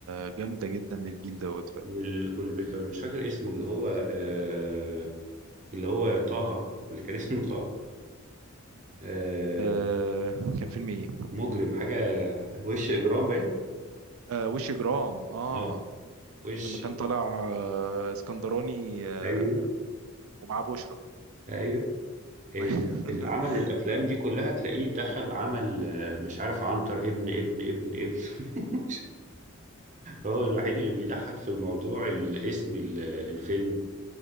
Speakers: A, on the right (about 85°); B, on the right (about 35°).
A: جامده جدا للجيل دوت فعلا
B: وال- والب- مش فاكر اسمه اللي هو أه اللي هو طه اللي كان <laughs> اسمه طه أه
A: آه كان فيلم ايه
B: مجرم حاجة وش إجرام باين
A: آه وش جرام اه
B: لا وش
A: لما كان طالع آه اسكندراني آه
B: أيوه
A: ومعاه بشرى
B: أيوه ال-
A: <laughs>
B: العمل الأفلام دي كلها تلاقيه دخل عمل آه، مش عارف عنتر ابن ابن ابن ابن <laughs> هو الوحيد اللي بيضحك في الموضوع الاسم ال- الفيلم